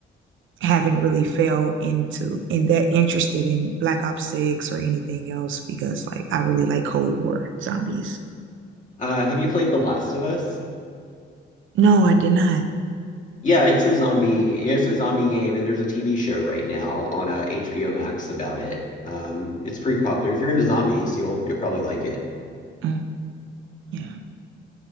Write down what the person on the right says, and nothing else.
haven't really fell into and that interested in Black Ops 6 or anything else because like I really like Cold War zombies.
No, I did not.
Mm, yeah.